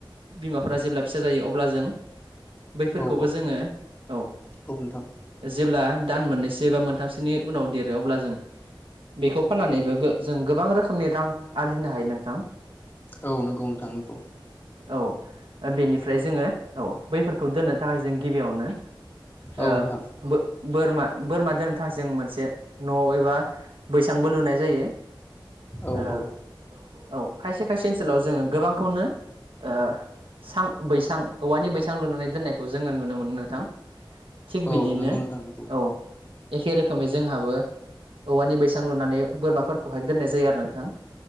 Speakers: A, on the right; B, on the left.
A: बिमाफोरा जेब्ला फिसा जायो अब्ला जों बैफोरखौबो
B: औ
A: जोङो औ
B: औ नोंथां
A: जेब्ला दान मोननैसो बा मोनथामसोनि उनाव देरो अब्ला जों बेखौ फाननानैबो जों गोबां रोखोमनि रां आरजिनो हायो नों
B: औ नंगौ नोंथां नंगौ
A: औ बेनिफ्राय जोङो औ बैफोरखौ दोननो थाखाय जों गिबियावनो
B: औ
A: ओ
B: नोंथां
A: बो बोरमा बोरमा दोन थाजों मोनसे न' एबा बैसांबो लुनाय जायो
B: औ
A: ओ
B: औ
A: औ खायसे खायसे ओनसोलाव जोङो गोबांखौनो ओ सां बैसां औवानि बैसां लुनानै दोननायखौ जोङो नुनो मोनो नोंथां थिग बिदिनो
B: औ नंगौ नोंथां नंगौ
A: औ एखे रोखोमै जोंहाबो औवानि बैसां लुनानै बोरमाफोरखौहाय दोननाय जायो आरो नोंथां